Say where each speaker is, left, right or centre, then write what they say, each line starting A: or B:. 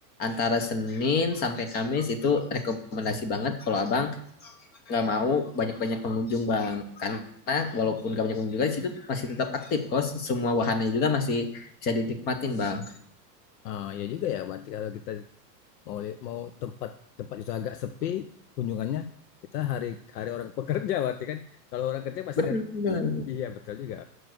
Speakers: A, on the left (about 20°); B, on the left (about 75°).
A: antara Senin sampai Kamis itu rekomendasi banget kalau abang nggak mau banyak-banyak pengunjung bang karena walaupun gak banyak pengunjung juga di situ masih tetap aktif kos semua wahannya juga masih bisa dinikmatin bang
B: Ah, ya juga ya. Berarti kalau kita mau li- mau tempat tempat itu agak sepi kunjungannya, kita hari hari orang <laughs> pekerja berarti kan. Kalau orang kerja pasti
A: benar
B: dat- iya betul juga.